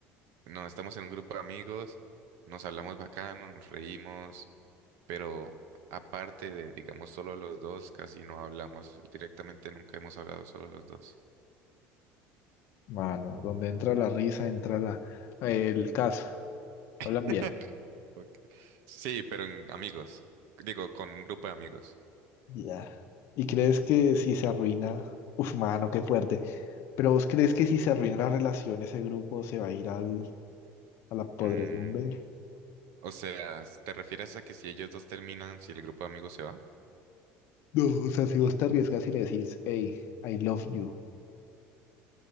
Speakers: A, on the right; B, on the left.
A: no, estamos en un grupo de amigos, nos hablamos bacano, nos reímos pero aparte de, digamos, solo los dos, casi no hablamos. Directamente nunca hemos hablado solo los dos.
B: mano. Donde entra la risa, entra la, el caso. Hablan
A: <laughs>
B: bien.
A: Ok. Sí, pero en amigos. Digo, con un grupo de amigos.
B: Ya. ¿Y crees que si se arruina? Uf, mano, qué fuerte. ¿Pero vos crees que si se arruina la relación, ese grupo se va a ir al, a la podredumbre?
A: Mm, o sea, ¿te refieres a que si ellos dos terminan, si el grupo de amigos se va?
B: No, o sea, si vos te arriesgas y le decís, hey, I love you.